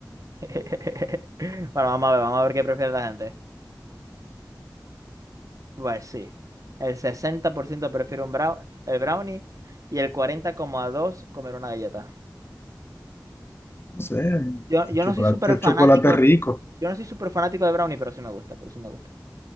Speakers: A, on the right; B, on the left.
A: <laughs> Bueno, vamos a ver, vamos a ver qué prefiere la gente. Pues sí, el 60% prefiere un brownie, el brownie y el 40,2% comer una galleta.
B: No sé, el
A: Yo, yo
B: chocolate,
A: no soy súper
B: el
A: fanático,
B: chocolate es rico.
A: yo no soy súper fanático de Brownie, pero sí me gusta, pero sí me gusta.